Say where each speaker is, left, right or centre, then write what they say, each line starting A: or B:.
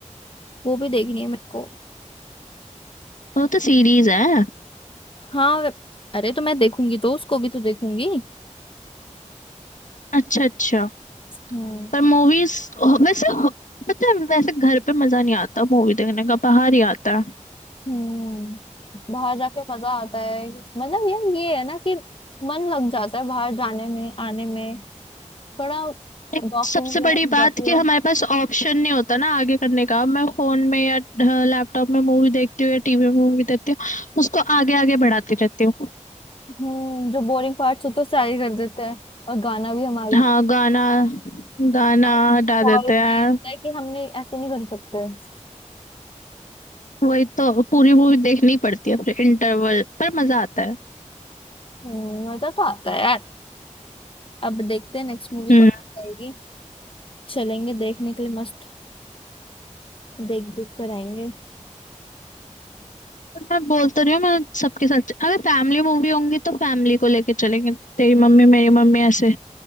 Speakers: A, on the left (about 45°); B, on the left (about 80°).
A: वो भी देखनी है मेरे को
B: वो तो सीरीज है
A: हाँ वे- अरे तो मैं देखूंगी तो उसको भी तो देखूंगी
B: अच्छा अच्छा
A: हम्म
B: पर मूवीज वैसे हो- पता है वैसे घर पे मजा नहीं आता मूवी देखने का बाहर ही आता है
A: हम्म बाहर जाके मजा आता है मतलब यार ये है ना कि मन लग जाता है बाहर जाने में आने में थोड़ा
B: एक
A: वॉकिंग
B: सबसे
A: वगैरह
B: बड़ी
A: हो
B: बात
A: जाती
B: कि
A: है
B: हमारे पास ऑप्शन नहीं होता ना आगे करने का अब मैं फोन में या लैपटॉप में मूवी देखती हूँ या टीवी में मूवी देखती हूँ उसको आगे आगे बढ़ाती रहती हूँ
A: हम्म जो बोरिंग पार्ट्स होते हैं सारे कर देते हैं और गाना भी हम आगे
B: हाँ
A: कर
B: गाना गाना
A: और
B: हटा
A: quality
B: देते हैं
A: ये होता है कि हमने ऐसे नहीं कर सकते
B: वही तो पूरी मूवी देखनी पड़ती है फिर इंटरवल पर मजा आता है
A: हम्म मजा तो आता है यार अब देखते हैं नेक्स्ट मूवी
B: हम्म
A: कब आएगी चलेंगे देखने के लिए मस्त देख दुख कर आएंगे
B: मैं बोल तो रही हूँ मैं सबके साथ अगर फैमिली मूवी होंगी तो फैमिली को लेके चलेंगे तेरी मम्मी मेरी मम्मी ऐसे